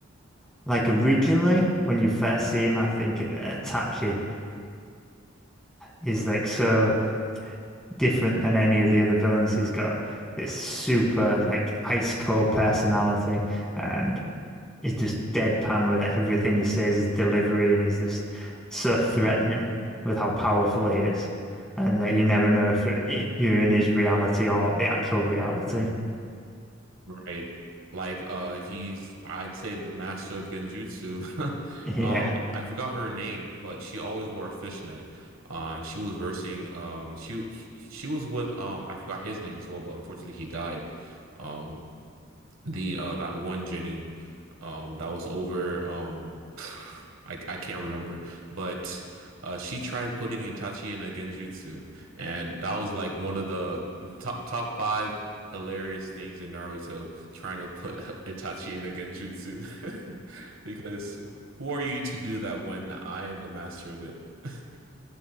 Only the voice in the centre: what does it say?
Like originally, when you first see him, I think uh, Itachi. He's like so different than any of the other villains. He's got this super like ice cold personality and he's just deadpan with everything he says, his delivery, and he's just so threatening with how powerful he is. And that you never know if you're in his reality or the actual reality. <laughs>
Yeah.